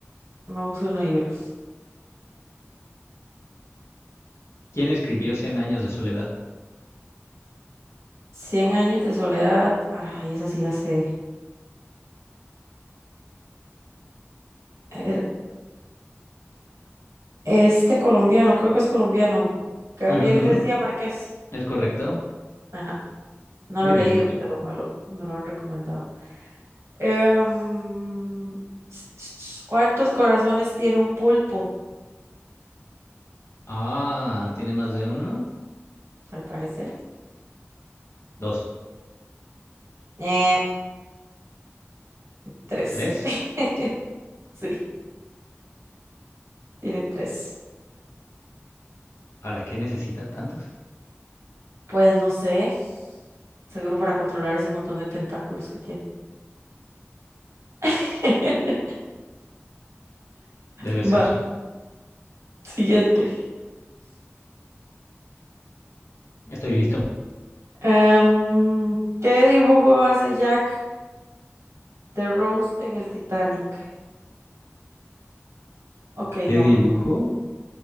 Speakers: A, on the right (about 85°); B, on the left (about 65°).
A: Vamos uno y uno.
B: ¿quién escribió Cien años de soledad?
A: Cien años de soledad. Ay, esa sí la sé. Er- Este colombiano, creo que es colombiano, Gabriel
B: Ujú, ujú,
A: García Márquez.
B: Es correcto.
A: Ajá, no
B: Muy
A: lo he
B: bien,
A: leído,
B: muy bien.
A: pero me lo, me lo han recomendado. Em, ch- ch- ch, ¿cuántos corazones tiene un pulpo?
B: Ah, ¿tiene más de uno?
A: Al parecer.
B: Dos,
A: Eh, tres.
B: tres.
A: <laughs> Sí, tiene tres.
B: ¿Para qué necesita tantos?
A: Pues no sé. Seguro para controlar ese montón de tentáculos que tiene. <laughs>
B: Debe
A: Va,
B: ser.
A: siguiente.
B: Estoy listo.
A: Em, ¿qué dibujo hace Jack de Rose en el Titanic? Ok,
B: ¿Qué
A: no,
B: dibujo?
A: porque